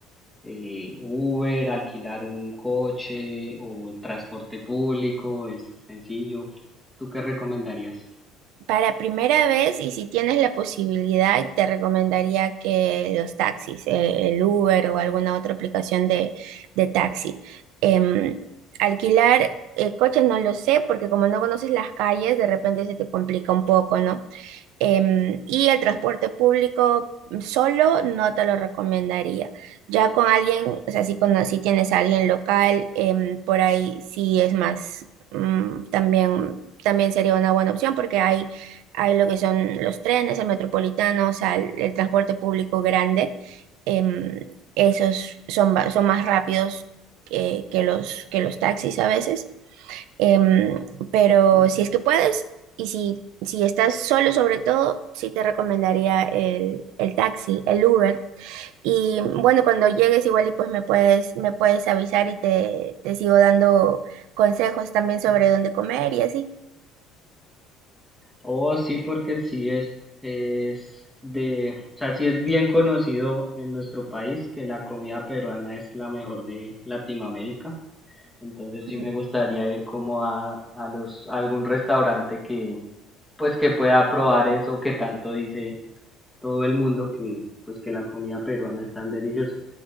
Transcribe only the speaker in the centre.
eh, Uber, alquilar un coche o el transporte público, es sencillo. ¿Tú qué recomendarías?
Oh, sí, porque sí es, es de, o sea, sí es bien conocido en nuestro país que la comida peruana es la mejor de Latinoamérica. Entonces sí
me gustaría ir como a, a los, a algún restaurante que, pues que pueda probar eso que tanto dice todo el mundo que, pues que la comida peruana es tan deliciosa.